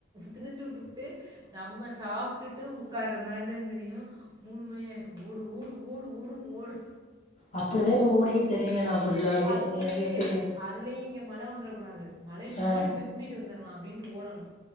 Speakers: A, on the right; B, on the left.
A: திணிச்சு விட்டுட்டு நம்ம சாப்ட்டுட்டு உக்காற மாரி தா தெரியு மூணு மணிஆயிடு ஓடு ஓடு ஓடு ஓடுன்னு ஓடு
B: அப்புடிதா இப்ப ஓடிக்கிட்டு தெரிற நா ஃபுல்லாவே
A: அதுக்குலய
B: ஏ கேக்குறிய
A: இங்க அதுலயே இங்க மழவந்துரும் கூடாது மழைக்கு
B: ஆ
A: முன்னாடி கூட்டிட்டு வந்துரலாம் அப்டின்ட்டு ஓடணும்